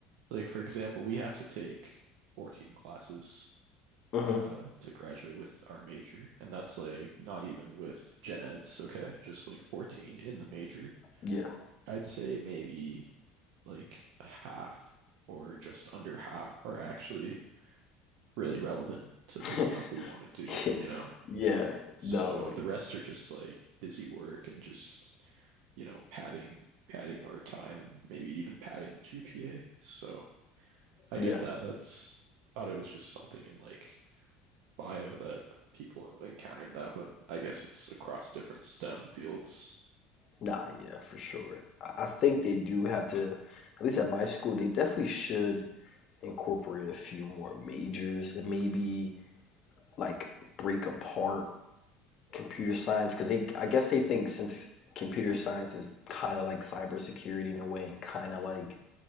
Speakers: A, on the right; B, on the left.
A: like for example, we have to take 14 classes
B: hmm
A: uh to graduate with our major, and that's like not even with gen eds, okay? Just like 14 in the major.
B: Yeah.
A: I'd say maybe like half or just under half are actually really relevant to
B: <laughs>
A: the stuff we want to do,
B: <laughs>
A: you know?
B: Yeah,
A: So
B: no, So, like,
A: the rest are just like busy work and just, you know, padding padding our time and maybe even padding the GPA. So I
B: yeah,
A: get that. That's thought it was just something in like bio that people encountered that, but I guess it's across different STEM fields.
B: nah, yeah, for sure. I, I think they do have to, at least at my school, they definitely should incorporate a few more majors and maybe like break apart computer science because they, I guess they think since computer science is kind of like cybersecurity in a way and kind of like